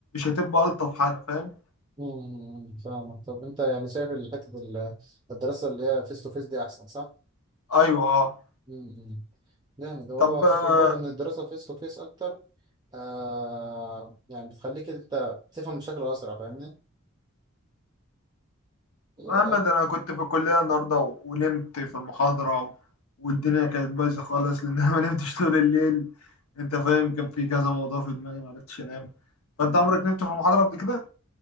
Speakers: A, on the left; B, on the right.
A: هتبقى الطف حاجه فاهم
B: مم، فاهمك طب انت يعني شايف الحتة ال- الدراسة اللي هي فيس تو فيس دي احسن صح؟
A: ايوه اه
B: مم، مم. جامد هو
A: طب
B: فكرة
A: آه،
B: برضه ان الدراسة فيس تو فيس اكتر آه يعني بتخليك انت تفهم بشكل اسرع فاهمني؟ يبقى-
A: محمد
B: أقل.
A: انا كنت في الكليه النهارده و- ونمت في المحاضره و- والدنيا كانت بايظه خالص لان انا ما نمتش طول الليل انت فاهم كان في كذا موضوع في دماغي ما عرفتش انام فانت
B: مم.
A: عمرك نمت في المحاضره قبل كده